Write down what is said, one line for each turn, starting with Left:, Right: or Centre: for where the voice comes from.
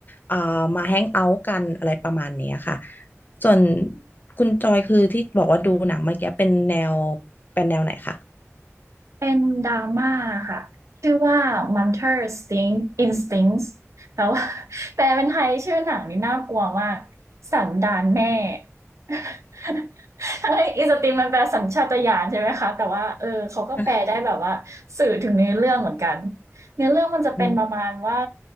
Left: เอ่อมาแฮงเอาท์กันอะไรประมาณเนี้ยค่ะส่วนคุณจอยคือที่บอกว่าดูหนังเมื่อกี้เป็นแนวเป็นแนวไหนคะ
Right: เป็นดราม่าค่ะชื่อว่า Munter Sting Instincts แต่ว่า <laughs> แปลเป็นไทยชื่อหนังนี่น่ากลัวมากสันดานแม่ <laughs> ทั้อินสติงมันแปลสัญชาตญาณใช่ไหมคะแต่ว่าเออเขาก็แปลได้แบบว่าสื่อถึงเนื้อเรื่องเหมือนกัน
Left: อ่ะ
Right: เนื้อเรื่องมันจะเป็นประมาณว่า
Left: อืม